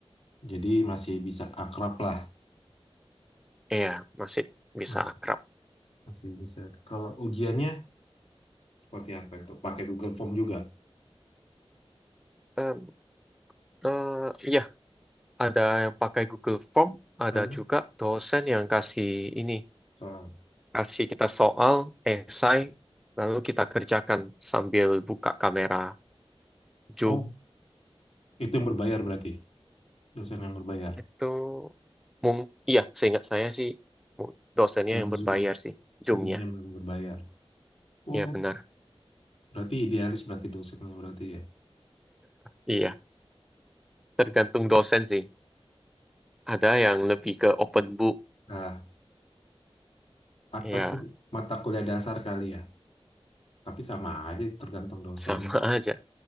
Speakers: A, on the left; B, in the centre.
A: jadi masih bisa akrab lah.
B: Iya, masih bisa
A: Ma-
B: akrab.
A: Masih bisa. Kalau ujiannya seperti apa itu? Pakai Google Form juga.
B: Em, eh, Iya ada yang pakai Google Form, ada
A: Hah?
B: juga dosen yang kasih ini,
A: Soal.
B: kasih kita soal, esai, lalu kita kerjakan sambil buka kamera Zoom.
A: Oh, itu yang berbayar berarti. Dosen yang berbayar.
B: Itu mung, iya, seingat saya sih mu- dosennya
A: Yang
B: yang berbayar
A: Zoom,
B: sih,
A: Zoomnya
B: Zoom-nya.
A: yang berbayar. Oh,
B: Iya benar,
A: berarti idealis berarti dosennya berarti ya.
B: iya. Tergantung dosen sih. Ada yang lebih ke open book,
A: Nah, atau
B: ya
A: tuh mata kuliah dasar kali ya. Tapi sama aja tergantung dosen.
B: sama <laughs> aja.